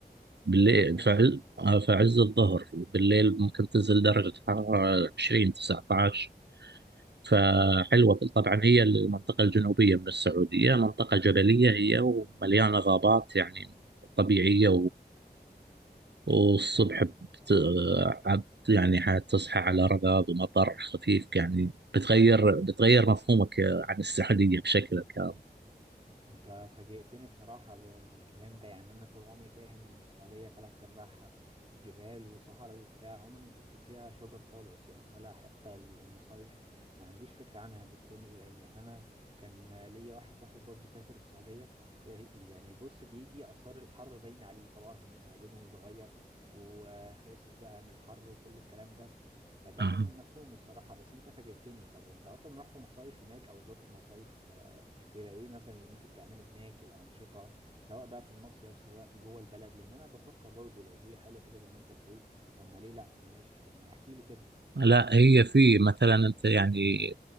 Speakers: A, on the right; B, on the right.
A: بالليل
B: فهمت
A: فعز فعز الظهر وبالليل ممكن تنزل درجه الحراره 20 19 فحلوه طبعا هي المنطقه الجنوبيه من السعوديه منطقه جبليه هي ومليانه غابات يعني طبيعيه والصبح
B: فهمتك
A: بت...
B: اه
A: عب- يعني حتصحى على رذاذ ومطر خفيف يعني بتغير بتغير مفهومك عن السعودية بشكل كامل
B: انت فاجئتني بصراحة ب- بالكلام ده يعني انا طول عمري فاهم ان السعودية تلات ارباعها جبال وصحراء وبتاع عمري ما شفت فيها شجر خالص يعني ولا حتى المصايف ما عنديش فكرة عنها بتكون ازاي يعني انا كان ليا واحد صاحبي برضو سافر السعودية اه، يعني بص بيجي اثار الحر باين عليه طبعا لونه متغير وخاسس بقى من الحر وكل الكلام ده فده
A: أها.
B: كان مفهوم الصراحة بس انت فاجئتني طب انت اصلا رحت مصايف هناك او زرت مصايف آه، بيبقى ايه مثلا اللي ممكن تعمله هناك الانشطه سواء بقى في المصيف سواء جوه البلد لان انا بفكر برضو لو هي حلوه كده زي ما انت بتقول طب ما ليه لا ما ماشي طب ما احكي لي كده
A: لا هي في مثلا انت يعني